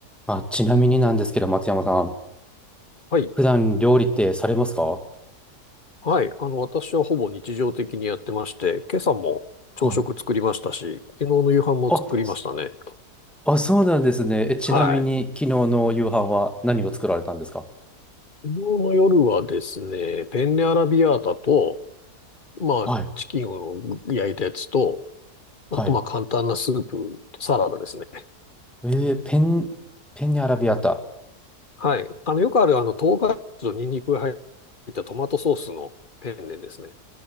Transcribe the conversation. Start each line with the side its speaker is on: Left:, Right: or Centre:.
Centre: あ、ちなみになんですけど、松山さん、
Left: はい。
Centre: 普段料理ってされますか
Left: はい。あの、私はほぼ日常的にやってまして、今朝も朝食作りましたし、
Centre: はい。
Left: 昨日の夕飯も作りましたね。
Centre: あ、すあ、そうなんですね。え、ちなみに、
Left: はい。昨
Centre: 昨日の夕飯は何を作られたんですか
Left: 日の夜はですね、ペンネアラビアータと、まあ、
Centre: はい。
Left: チキンを焼いたやつと、
Centre: はい。
Left: あとまあ簡単なスープとサラダですね。
Centre: えー、ペン、ペンニアラビアータ。
Left: はい。あの、よくあるあの、唐辛子とニンニクが入ったトマトソースのペンネですね。